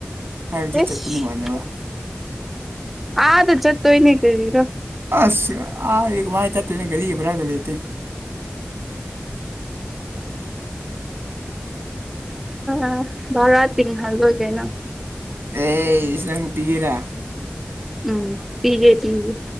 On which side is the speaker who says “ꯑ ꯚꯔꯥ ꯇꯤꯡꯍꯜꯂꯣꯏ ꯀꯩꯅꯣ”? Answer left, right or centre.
Centre